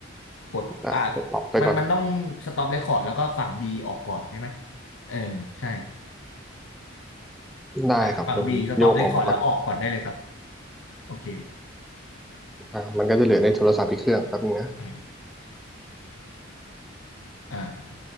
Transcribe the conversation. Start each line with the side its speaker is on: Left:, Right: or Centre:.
Left: กดอ่า
Centre: อ่ะตอบไปก่อน
Left: มันมันต้องสต็อปเรคคอร์ดแล้วก็ฝั่งบีออกก่อนใช่ไหมเออใช่
Centre: ได้ครับผมโยกออกมาก่อน
Left: อ่ะฝั่งบีสต็อปเรคคอร์ดแล้วออกก่อนได้เลยครับโอเค
Centre: อ่ะมันก็จะเหลือในโทรศัพท์อีกเครื่องแป๊บนึงนะ
Left: โอเคอ่า